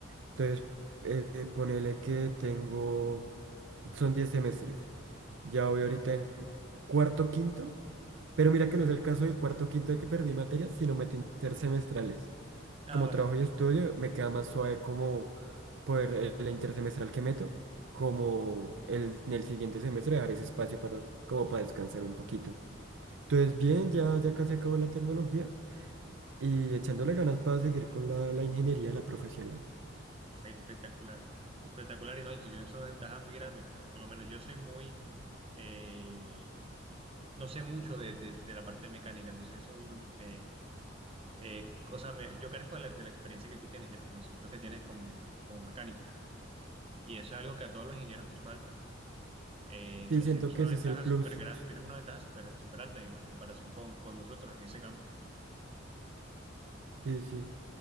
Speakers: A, on the right; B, on the right.
A: Entonces, eh, eh, ponele que tengo. Son 10 semestres. Ya voy ahorita en cuarto, quinto. Pero mira que no es el caso de cuarto, quinto de que perdí materias, sino meto intersemestrales.
B: Ah,
A: como
B: vale.
A: trabajo y estudio, me queda más suave como poder eh, la intersemestral que meto, como el, en el siguiente semestre dejar ese espacio para, como para descansar un poquito. Entonces, bien, ya, ya casi acabo la tecnología y echándole ganas para seguir con la, la ingeniería, la profesional.
B: Espectacular. Espectacular. Y no, y tú tienes una ventaja muy grande. Por, por lo menos yo soy muy... eh, no sé mucho de, de- de la parte mecánica, entonces eso a mí me, me, eh, o sea, me- yo carezco de la, de la experiencia que tú tienes y el conocimiento que tienes como, como mecánico. Y eso es algo que a todos los ingenieros nos falta. Eh, entonces
A: Sí, siento
B: tienes una
A: que ese
B: ventaja
A: es el plus.
B: súper gran, tienes una ventaja súper súper alta en comparación con, con nosotros en ese campo.
A: Sí, sí.